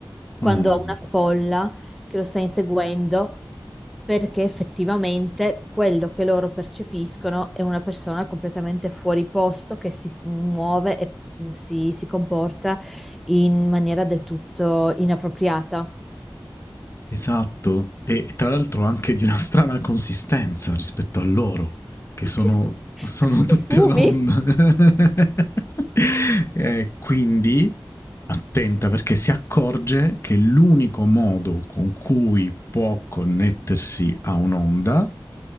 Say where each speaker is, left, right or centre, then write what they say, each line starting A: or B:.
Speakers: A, in the centre; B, on the left.
A: quando
B: mm.
A: ha una folla che lo sta inseguendo. Perché effettivamente quello che loro percepiscono è una persona completamente fuori posto che si muove e mm, si si comporta in maniera del tutto inappropriata.
B: Esatto, e tra l'altro anche di una strana consistenza rispetto a loro, che
A: Ma
B: sono,
A: che,
B: sono
A: questi
B: tutte
A: fumi?
B: un'onda. <laughs> Eh, quindi attenta perché si accorge che l'unico modo con cui può connettersi a un'onda,